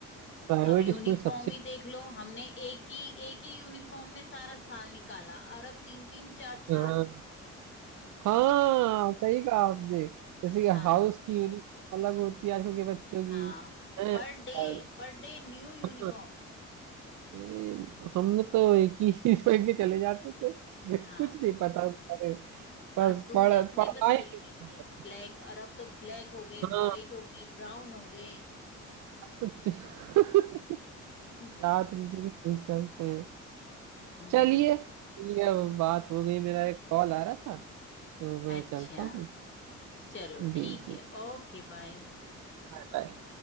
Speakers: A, on the right; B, on the left.
A: प्राइवेट
B: अब यूनिफॉर्म
A: स्कूल सबसे
B: ही देख लो हमने एक ही एक ही यूनिफॉर्म में सारा साल निकाला और अब तीन तीन चार चार
A: हाँ हाँ सही कहा आपने जैसे कि
B: हाँ
A: हाउस की यूनिफॉर्म अलग होती है आजकल के बच्चों की
B: हाँ
A: हैं?
B: Per day
A: और
B: per day new uniform
A: हाँ, अरे हम लोग तो एक ही चीज पहन के चले जाते थे
B: हाँ
A: कुछ नहीं पता होता है। बस
B: और शूज
A: पढ़
B: अपने
A: पढ़ाई
B: बस एक
A: से होता
B: ही थे ब्लैक और अब तो ब्लैक हो गए व्हाइट
A: था। हाँ
B: हो गए ब्राउन हो गए
A: <laughs>
B: पूछो ना <laughs>
A: छात्र जी के टूल्स चलते हैं
B: हम्म
A: चलिए ठीक है बात हो गई मेरा एक कॉल आ रहा था तो मैं
B: अच्छा
A: चलता हूँ
B: चलो
A: जी
B: ठीक
A: जी
B: है ओके बाय
A: Bye bye